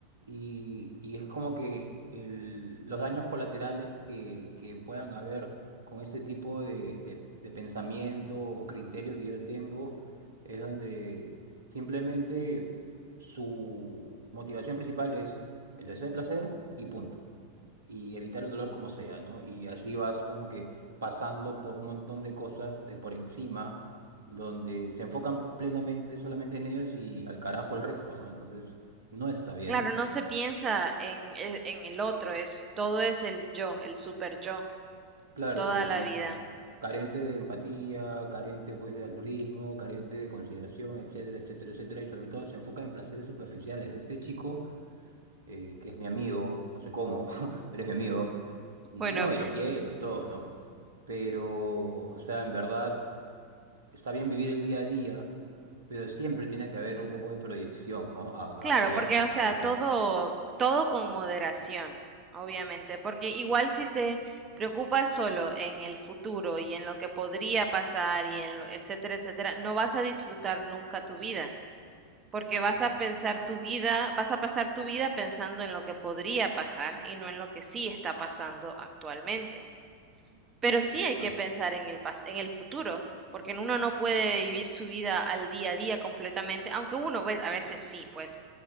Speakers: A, on the right; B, on the right.
A: y, y es como que el- los daños colaterales que, que puedan haber con este tipo de, de, de pensamiento o criterio que yo tengo, es donde simplemente su motivación principal es el deseo de placer y punto y evitar el dolor como sea, ¿no? Y así vas como que pasando por un montón de cosas eh, por encima, donde se enfocan plenamente solamente en ellos y al carajo el resto, ¿no? Entonces, no está bien.
B: Claro, no se piensa en, e- en el otro, es todo es el yo, el super yo,
A: Claro,
B: toda
A: pues
B: la
A: sí,
B: vida.
A: carente de empatía, carente pues de altruismo, carente de consideración, etcétera, etcétera, etcétera, y sobre todo se enfoca en placeres superficiales. Este chico, eh, que es mi amigo, no sé cómo, <laughs> pero es mi amigo, y
B: Bueno,
A: no, y lo quiero y todo, ¿no? Pero, o sea, en verdad... está bien vivir el día a día, pero siempre tiene que haber un poco de proyección, ¿no? A,
B: claro,
A: a mediano
B: porque
A: y
B: o sea,
A: largo
B: todo,
A: plazo.
B: todo con moderación, obviamente,
A: Exacto,
B: porque igual si te preocupas solo en el futuro y en lo que podría pasar y en lo, etcétera, etcétera, no vas a disfrutar nunca tu vida, porque vas
A: exacto,
B: a pensar tu vida, vas a pasar tu vida pensando en lo que podría pasar y no en lo que sí está pasando actualmente. Pero sí
A: de acuerdo.
B: hay que pensar en el pas- en el futuro, porque uno no puede vivir su vida al día a día completamente, aunque uno, pues, a veces sí, pues,